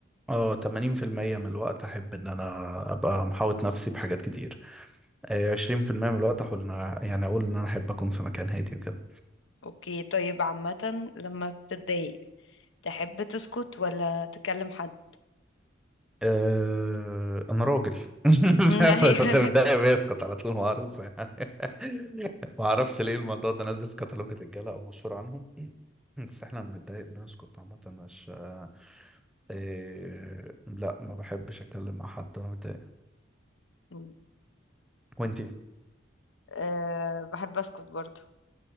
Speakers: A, in the centre; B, on the left.
A: اه 80% من الوقت أحب إن أنا أبقى محاوط نفسي بحاجات كتير آه، 20% من الوقت أحاول إن أنا- يعني أقول إن أنا أحب أكون في مكان هادي وكده
B: أوكي طيب عامة لما بتتضايق تحب تسكت ولا تكلم حد؟
A: آه، أنا راجل <laughs>
B: <laughs> مم، أيوة
A: ده بيسقط على طول معروفة يعني <laughs> ما أعرفش ليه الموضوع ده نازل في كتالوج الرجالة أو مشهور عنهم <clears throat> بس إحنا بنتضايق بنسكت عامة مش آه، آه، لا ما بحبش أتكلم مع حد وأنا متضايق
B: مم.
A: وأنت
B: أه بحب أسكت برضه